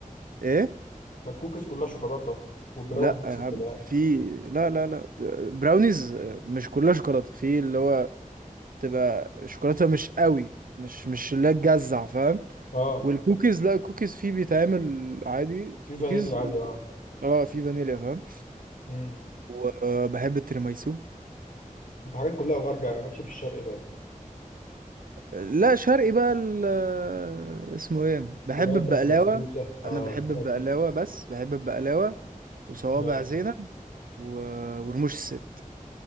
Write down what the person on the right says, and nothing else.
ايه
لا
يا عم
في لا لا لا براونيز مش كلها شوكولاته في اللي هو تبقى شوكولاته مش قوي مش مش اللي هي تجزع فاهم
والكوكيز لا الكوكيز فيه بيتعمل عادي
كوكيز
و...
اه في فانيليا فاهم
وبحب التيراميسو
لا شرقي بقى ال... اسمه ايه بحب
البقلاوه
انا بحب
البقلاوه
بس بحب البقلاوه وصوابع
زينب و... ورموش الست